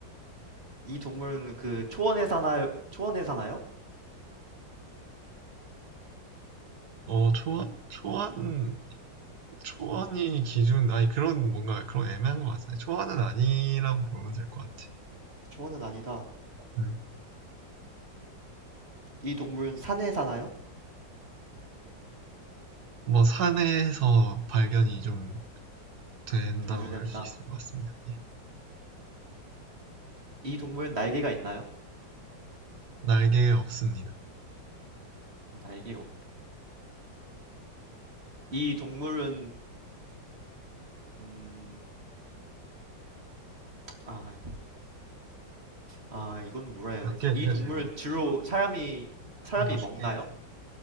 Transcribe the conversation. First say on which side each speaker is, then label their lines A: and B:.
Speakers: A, on the right (about 35°); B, on the right (about 55°).
A: 이 동물은 그 초원에 사나요? 초원에 사나요?
B: 어, 초안? 초안 초안이 기준, 아니, 그런, 뭔가, 그런 애매한 것 같아요. 초안은 아니라고 보면 될 것 같아.
A: 초원은 아니다.
B: 음.
A: 이 동물은 산에 사나요?
B: 뭐, 산에서 발견이 좀 된다고
A: 자주 된다.
B: 할 수 있을 것 같습니다.
A: 음.
B: 예.
A: 이 동물은 날개가 있나요?
B: 날개 없습니다.
A: 음, 날개가 없. 이 동물은 음, 아, 아 이건 뭐라 해야
B: 몇
A: 되지?
B: 개였냐,
A: 이 동물은
B: 질문?
A: 주로 사람이 사람이
B: 한 다섯
A: 먹나요?
B: 개어요